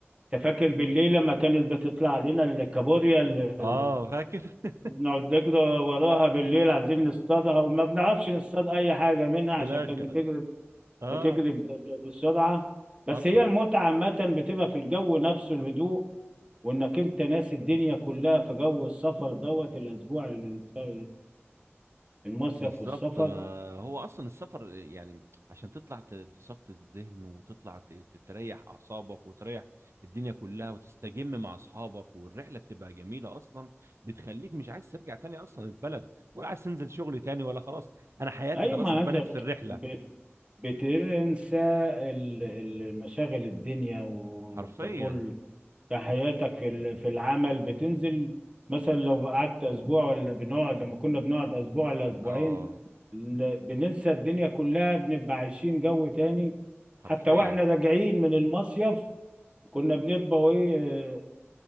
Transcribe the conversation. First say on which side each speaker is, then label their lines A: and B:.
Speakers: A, on the right; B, on the right.
A: تفكر بالليل لما كانت بتطلع علينا الكابوريا اللي
B: اه
A: اللي
B: فاكر <laughs>
A: نقعد نجري وراها بالليل عايزين نصطادها وما بنعرفش نصطاد اي حاجه منها عشان
B: في الاخر
A: كانت بتجري
B: اه
A: بتجري ب- ب- بسرعه بس
B: حصل
A: هي المتعه عامه بتبقى في الجو نفسه الهدوء وانك انت ناسي الدنيا كلها في جو السفر دوت الاسبوع اللي- بتاع المصيف
B: بالظبط
A: والسفر
B: ما هو اصلا السفر يعني عشان تطلع ت- تصفي الذهن وتطلع ت- ت- تريح اعصابك وتريح الدنيا كلها وتستجم مع اصحابك والرحله بتبقى جميله اصلا بتخليك مش عايز ترجع تاني اصلا البلد ولا عايز تنزل شغل تاني ولا خلاص انا حياتي
A: اي
B: خلاص
A: ما
B: اتبنت
A: انت
B: في الرحله
A: بت- بتنسى ال- ال- مشاغل الدنيا وانت
B: حرفيا
A: طول في حياتك في ال- في العمل بتنزل مثلا لو قعدت اسبوع ولا بنقعد لما كنا بنقعد اسبوع ولا اسبوعين
B: اه
A: ن- بننسى الدنيا كلها بنبقى عايشين جو تاني
B: حرفيا
A: حتى واحنا راجعين من المصيف كنا بنبقى ايه آه،